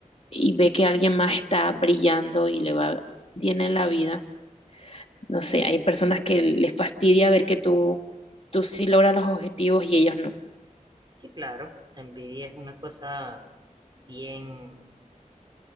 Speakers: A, on the left; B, on the right.
A: y ve que alguien más está brillando y le va bien en la vida, no sé, hay personas que les fastidia ver que tú, tú sí logras los objetivos y ellos no.
B: sí, claro. La envidia es una cosa bien,